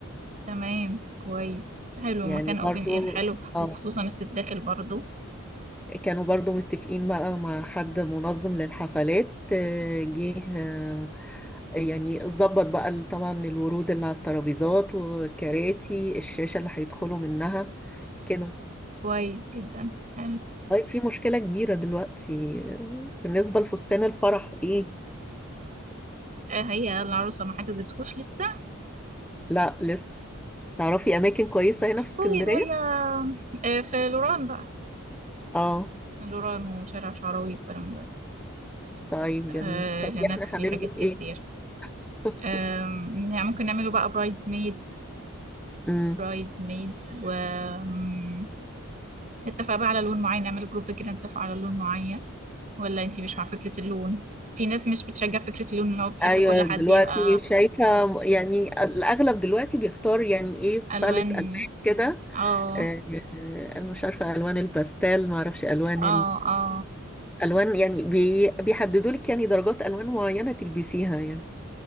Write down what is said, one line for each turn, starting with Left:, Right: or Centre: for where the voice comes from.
Right: تمام كويس حلو
Centre: يعني
Right: مكان
Centre: برضو
Right: اوبن اير حلو وخصوصا
Centre: اه
Right: الصيف داخل برضو
Centre: كانوا برضو متفقين بقى مع حد منظم للحفلات آه، جه آه، يعني ظبط بقى ال- طبعا الورود اللي على الترابيزات والكراسي الشاشة اللي هيدخلوا منها كده
Right: كويس جدا حلو
Centre: طيب في مشكلة كبيرة دلوقتي آه، بالنسبة لفستان الفرح ايه
Right: آه، هي العروسة ما حجزتهوش لسه
Centre: لا لسه تعرفي أماكن كويسة هنا في اسكندرية
Right: طيب هي آه، في لوران بقى
Centre: اه
Right: لوران وشارع شعراوي والكلام ده
Centre: طيب
Right: آه،
Centre: جميل طب
Right: هناك
Centre: احنا
Right: في
Centre: هنلبس
Right: حاجات كتير
Centre: ايه <laughs>
Right: آم، يعني ممكن نعمله بقى برايدز ميد
Centre: مم.
Right: برايد ميدز و م، نتفق بقى على لون معين نعمل جروب كده نتفق على لون معين ولا انتي مش مع فكرة اللون في ناس مش بتشجع فكرة اللون اللي هو بتحب
Centre: ايوه
Right: كل حد
Centre: دلوقتي
Right: يبقى
Centre: شايفه يعني الاغلب دلوقتي بيختار يعني ايه
Right: ألوان
Centre: باليت الوان كده
Right: اه
Centre: آه، آه، انا مش عارفه الوان الباستيل ما اعرفش الوان
Right: اه اه
Centre: الالوان يعني بي بيحددوا لك يعني درجات الوان معينه تلبسيها يعني